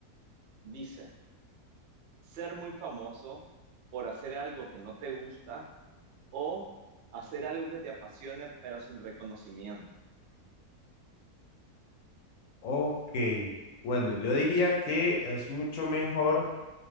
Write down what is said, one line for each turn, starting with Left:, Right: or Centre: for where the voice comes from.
Right: Dice, ser muy famoso por hacer algo que no te gusta o hacer algo que te apasione pero sin reconocimiento.
Left: Ok. Bueno, yo diría que es mucho mejor.